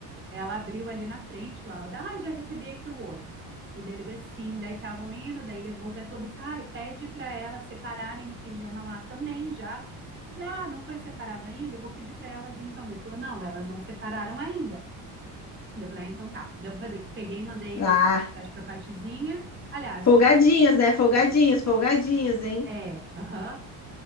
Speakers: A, on the right; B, on the left.
A: ela abriu ali na frente o áudio, ah, já recebi aqui o oi. E daí ele bem assim, daí estavam indo, daí ele voltou e falou assim, ai, pede para elas separarem o pijama lá também já. Eu falei, ah, não foi separado ainda? Eu vou pedir para elas então. Daí Ele falou, não, elas não separaram ainda. Eu falei, ah, então tá. Daí Eu pe- peguei e mandei
B: Ah,
A: mensagem pra Patizinha. Aliás,
B: folgadinhos,
A: eu peguei.
B: né? Folgadinhos, folgadinhos, hein?
A: É,
B: <laughs>
A: aham.